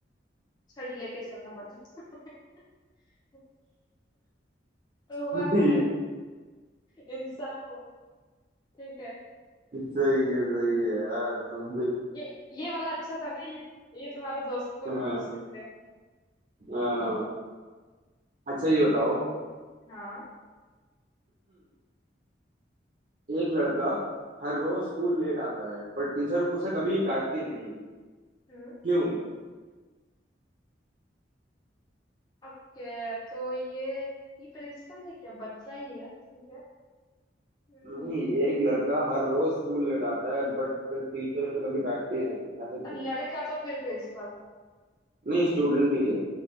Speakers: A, on the left; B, on the right.
A: छड़ी लेके चलना पड़ता है <laughs> तो हुआ
B: <laughs>
A: ना
B: सही है
A: इंसान हुआ ठीक है
B: सही है सही है यार तुम भी
A: ये ये वाला अच्छा था ना ये ये तुम्हारे दोस्त को
B: हाँ
A: भी पूछ सकते हैं
B: हाँ अच्छा ये बताओ <clears throat>
A: हाँ
B: एक लड़का हर रोज स्कूल लेट आता है पर टीचर उसे कभी डांटती नहीं
A: हम्म
B: क्यों
A: ओके तो ये ये प्रिंसिपल है क्या बच्चा ही है ठीक है हम्म
B: नहीं एक लड़का हर रोज स्कूल लेट आता है बट टीचर उसे कभी डांटती नहीं ऐसा क्यों
A: लड़का तो फिर प्रिंसिपल है
B: नहीं स्टूडेंट ही है